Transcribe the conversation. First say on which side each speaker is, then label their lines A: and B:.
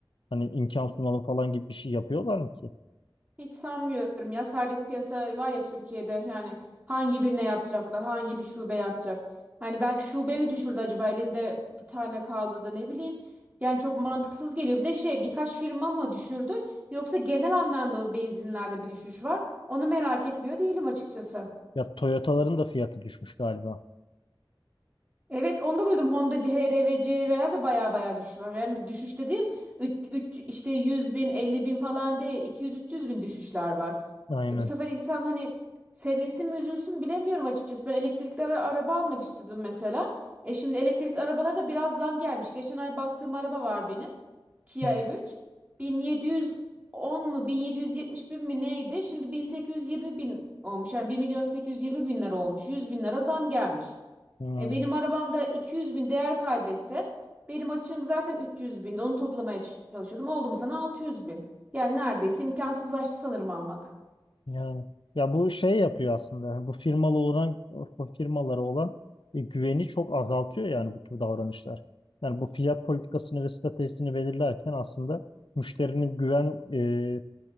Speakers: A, on the left; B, on the right.
A: hani imkan sunalım falan gibi bir şey yapıyorlar mı ki?
B: Hiç sanmıyorum ya serbest piyasa var ya Türkiye'de yani hangi birine yapacaklar hangi bir şube yapacak. Hani belki şube mi düşürdü acaba elinde bir tane kaldı da ne bileyim. Yani çok mantıksız geliyor. Bir de şey birkaç firma mı düşürdü yoksa genel anlamda mı benzinlerde bir düşüş var? Onu merak etmiyor değilim açıkçası.
A: Ya Toyota'ların da fiyatı düşmüş galiba.
B: Evet onu da duydum. Honda HR ve CRV'ler de baya baya düşüş var. Yani bir düşüş dediğim 3, 3, işte 100 bin 50 bin falan değil 200-300 bin düşüşler var.
A: Aynen.
B: E bu sefer insan hani sevinsin mi üzülsün bilemiyorum açıkçası. Ben elektrikli ara- araba almak istiyordum mesela. E şimdi elektrikli arabalarda biraz zam gelmiş. Geçen ay baktığım araba var benim. Kia
A: Hı.
B: EV3. 1710 mu 1770 bin mi neydi? Şimdi 1820 bin olmuş. Yani bir milyon 820 bin lira olmuş. 100 bin lira zam gelmiş.
A: Hı.
B: E benim arabamda 200 bin değer kaybetse benim açığım zaten 300 binde onu toplamaya ç- çalışıyordum. Oldu mu sana 600 bin. Yani neredeyse imkansızlaştı sanırım almak.
A: Yani, ya bu şey yapıyor aslında. yani Bu firmalı olan bu firmalara olan e, güveni çok azaltıyor yani bu tür davranışlar. Yani bu fiyat politikasını ve stratejisini belirlerken aslında müşterinin güven e,